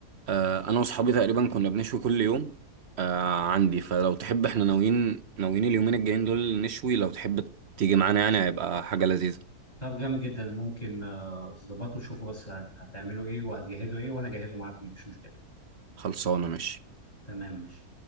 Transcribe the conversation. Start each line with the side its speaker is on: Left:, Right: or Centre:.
Right: آه انا واصحابي تقريبا كنا بنشوي كل يوم آه عندي فلو تحب احنا ناويين ناويين اليومين الجايين دول نشوي لو تحب تيجي معانا يعني هيبقى حاجة لذيذة
Left: طب جامد جدا ممكن آه تظبطوا شوفوا بس هت- هتعملوا ايه وهتجهزوا ايه وانا اجهزه معاكم مفيش مشكله
Right: خلصانة ماشي
Left: تمام ماشي